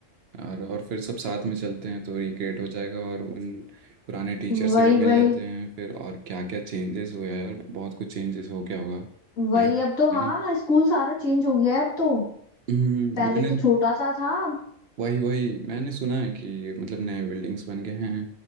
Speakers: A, on the right; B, on the left.
A: और और फिर सब साथ में चलते हैं तो रिक्रिएट हो जाएगा और उन पुराने टीचर
B: वही
A: से भी मिल
B: वही
A: लेते हैं फिर और क्या क्या चेंजेस हुआ यार बहुत कुछ चेंजेस हो गया होगा
B: वही
A: टाइम
B: अब तो हाँ
A: है ना
B: स्कूल सारा चेंज हो गया है अब तो
A: हम्म,
B: पहले
A: मैंने
B: तो छोटा सा था अब
A: वही वही मैंने सुना है कि मतलब नए बिल्डिंग्स बन गए हैं